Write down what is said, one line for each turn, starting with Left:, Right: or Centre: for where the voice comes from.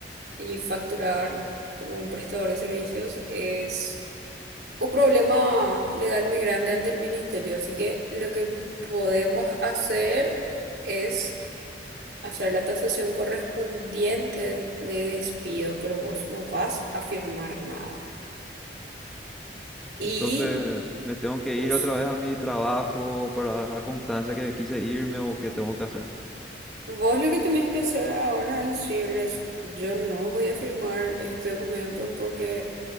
Right: y facturar como un prestador de servicios es un problema legal muy grande ante el ministerio. Así que lo que podemos hacer es hacer la tasación correspondiente de despido, pero vos no vas a firmar nada. Y
Centre: Entonces me tengo que
Right: us-
Centre: ir otra vez a mi trabajo para dejar constancia que quise irme o que tengo que hacer.
Right: vos lo que tenés que hacer ahora es decirles, yo no voy a firmar este documento porque